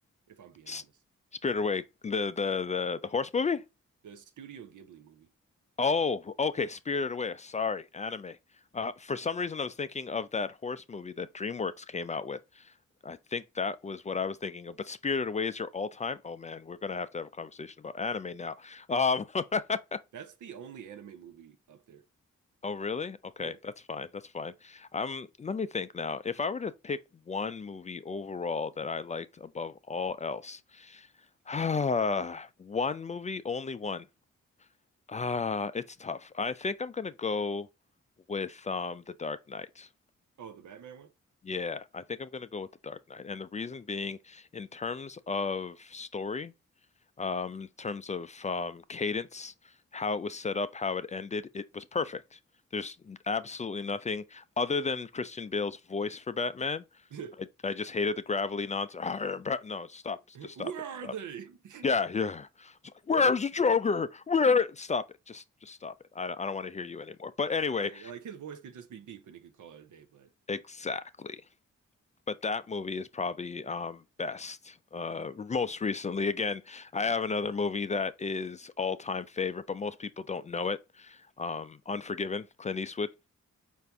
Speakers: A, on the right; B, on the left.
A: if I'm being
B: S-
A: honest.
B: Spirited Away, the the the the horse movie?
A: The Studio Ghibli movie.
B: Oh, okay, Spirited Away. Sorry, anime. Uh, for some reason, I was thinking of that horse movie that DreamWorks came out with. I think that was what I was thinking of. But Spirited Away is your all-time. Oh man, we're gonna have to have a conversation about anime now. Um, <laughs>
A: That's the only anime movie up there.
B: oh really? Okay,
A: Yeah.
B: that's fine. That's fine. Um, let me think now. If I were to pick one movie overall that I liked above all else, <sighs> one movie, only one. Ah, it's tough. I think I'm gonna go with um The Dark Knight.
A: Oh, the Batman
B: Yeah, I think I'm gonna go with The Dark Knight. And the reason being in terms of story, um, in terms of um cadence, how it was set up, how it ended, it was perfect. There's absolutely nothing other than Christian Bale's voice for Batman.
A: one?
B: I, I just hated the gravelly nonsense. <laughs> "Arr, Bat-" No, stop.
A: <laughs>
B: Just stop
A: Where
B: it.
A: are
B: Stop
A: they? <laughs>
B: yeah, yeah. It's like, Where's the Joker? Where? Stop it. Just, just stop it. I, I don't want to hear you anymore. But anyway,
A: Like like his voice could just be deep and he could call it a day, but
B: <laughs> exactly. But that movie is probably um, best. Uh, most recently, again, I have another movie that is all-time favorite, but most people don't know it. Um, Unforgiven, Clint Eastwood.